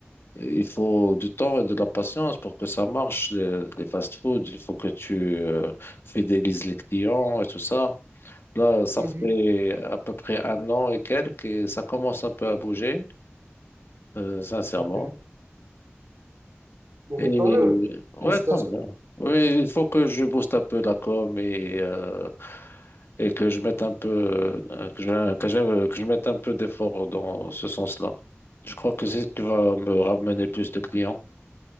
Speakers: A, on the left (about 60°); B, on the right (about 85°).
A: Il faut du temps et de la patience pour que ça marche, euh, les fast-food. Il faut que tu euh, fidélises les clients et tout ça. Là, ça
B: Mhm.
A: fait à peu près un an et quelques et ça commence un peu à bouger, euh, sincèrement.
B: Ok. Bon,
A: Et
B: mais tant mieux.
A: ouais,
B: Félicitations.
A: tant mieux. Oui, il faut que je booste un peu la com et, euh, et que je mette un peu, euh, que je, que je, que je mette un peu d'effort dans ce sens-là. Je crois que c'est ce qui va me ramener plus de clients.